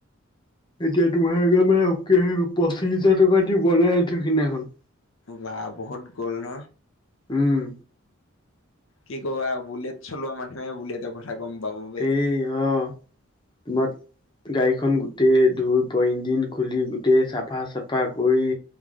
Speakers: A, on the left (about 20°); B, on the left (about 70°).
A: এতিয়া তোমাৰে মানে পঁচিশ হাজাৰ টকা দি বনাই আছোঁ সিদিনাখন।
B: বা বহুত গ'ল ন।
A: উম।
B: কি ক'বা, বুলেট চলোৱা মানুহে, বুলেটৰ কথা গম পাব। দেই
A: এ আহ, তোমাৰ গাড়ীখন গোটেই ধুই, পুৰা ইঞ্জিন খুলি, গোটেই চাফা-চাফা কৰি।